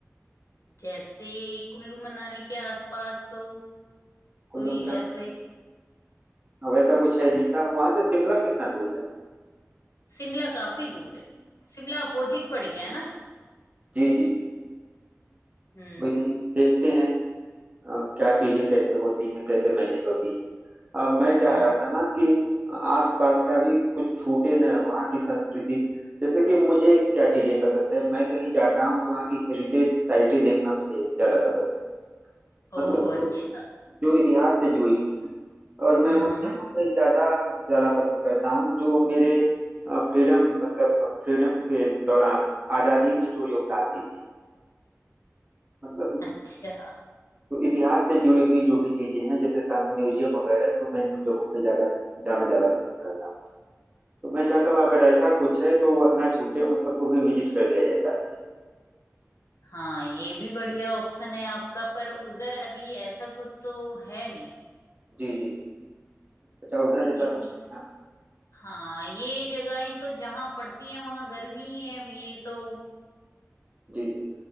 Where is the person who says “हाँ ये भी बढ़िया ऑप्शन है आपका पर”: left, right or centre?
Left